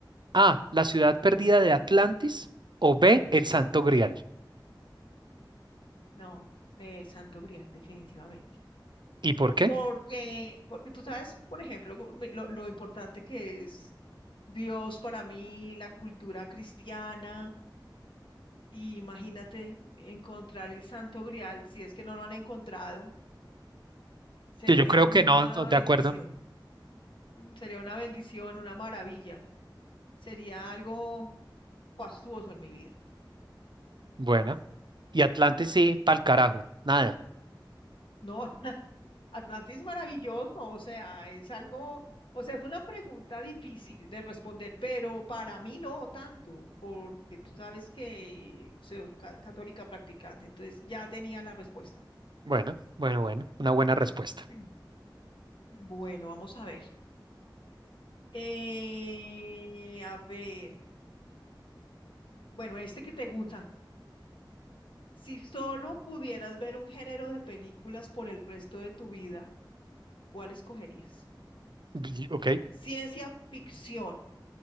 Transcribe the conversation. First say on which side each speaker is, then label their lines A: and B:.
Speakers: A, on the right (about 65°); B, on the left (about 85°).
A: A, la ciudad
B: ujú.
A: perdida de Atlantis o B, el Santo Grial.
B: No, el Santo Grial, definitivamente.
A: ¿Y por qué?
B: Porque, porque tú sabes, por ejemplo, gu- mi- lo, lo importante que es Dios para mí, la cultura cristiana, y imagínate encontrar el Santo Grial, si es que no lo han encontrado, sería
A: Que yo creo
B: una
A: que no, no,
B: bendición,
A: de acuerdo.
B: mm, sería una bendición, una maravilla, sería algo fastuoso en mi vida.
A: Bueno. Y Atlantis sí, pa'l carajo, nada.
B: No, <laughs> Atlante es maravilloso, o sea, es algo, o sea, es una pregunta difícil de responder, pero para mí no tanto, porque tú sabes que soy ca- católica practicante, entonces ya tenía la respuesta.
A: Bueno, bueno, bueno, una buena respuesta.
B: Mm. Bueno, vamos a ver. Eh, a ver, bueno, este que te gusta. Si solo pudieras ver un género de películas por el resto de tu vida, ¿cuál escogerías?
A: Y- Ok.
B: Ciencia ficción,